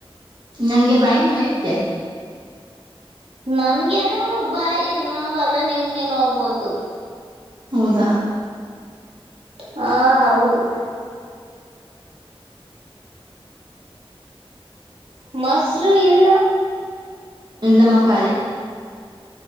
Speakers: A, on the right; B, on the right.
A: ನನ್ಗೆ ಬಾಯಿ ನೋಯುತ್ತೆ
B: ನಮ್ಗೆನು ಬಾಯಿ ನೋವಲ್ಲ ನಿಮ್ಗೆ ನೋಬೋದು
A: ಹೌದಾ
B: ಹಾ ಹೌದು ಮೊಸರು ಇಲ್ಲ
A: ಇಲ್ಲಮ್ಮಖಾಲಿ